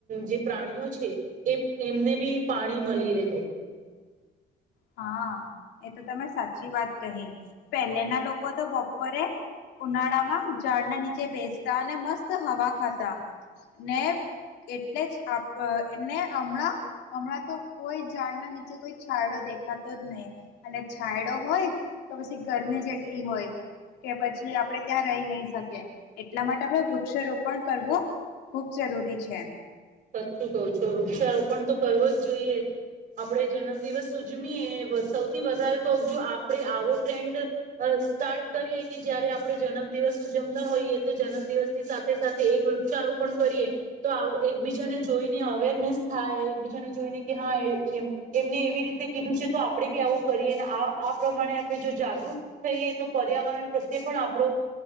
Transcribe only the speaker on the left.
હા એ તો તમે સાચી વાત કહી પહેલાના લોકો તો બપોરે ઉનાળામાં ઝાડના નીચે બેસતા અને મસ્ત હવા ખાતા ને એટલે જને હમણાં હમણાં તો કોઈ ઝાડના નીચે કોઈ છડો દેખ ખાતો જ નહી અને છાયડો હોય તો પછી ગરમી જેટલી હોય કે પછી આપણે ત્યાં રહી નહી શકીએ એટલા માટે આપણે વૃક્ષ રોપણ કરવું ખૂબ જરૂરી છે.